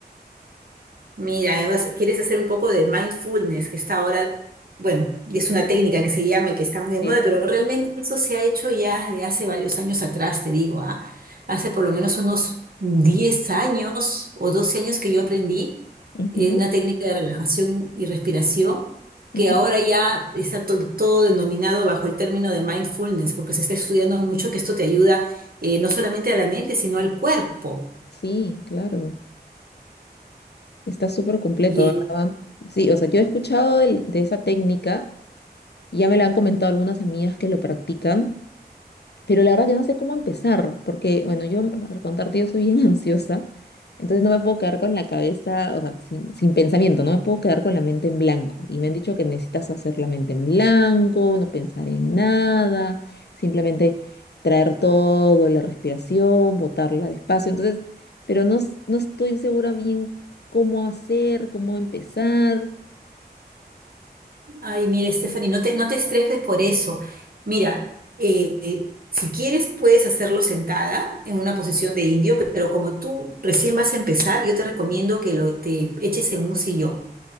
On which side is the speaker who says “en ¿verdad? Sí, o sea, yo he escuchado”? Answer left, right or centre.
Left